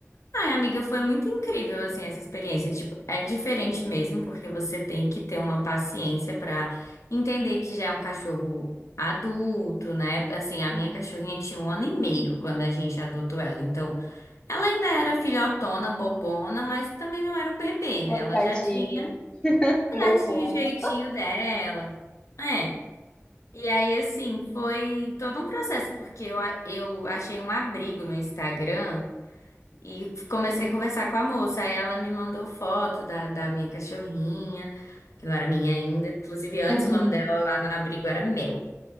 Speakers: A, on the left; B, on the left.
A: Ai, amiga, foi muito incrível, assim, essa experiência. Tipo, é diferente mesmo, porque você tem que ter uma paciência pra entender que já é um cachorro adulto, né? Assim, a
B: Uhum.
A: minha cachorrinha tinha um ano e meio quando a gente adotou ela. Então, ela ainda era filhotona, bobona, mas também não era um bebê, né?
B: Ô,
A: Ela
B: tadinho.
A: já tinha,
B: Bobona.
A: já tinha o jeitinho dela. É. E aí, assim, foi todo um processo, porque eu, a- eu achei um abrigo no Instagram. E comecei a conversar com a moça. Aí ela me mandou foto da, da minha cachorrinha, que não era minha ainda. Inclusive, antes
B: Uhum.
A: o nome dela lá no abrigo era Mel.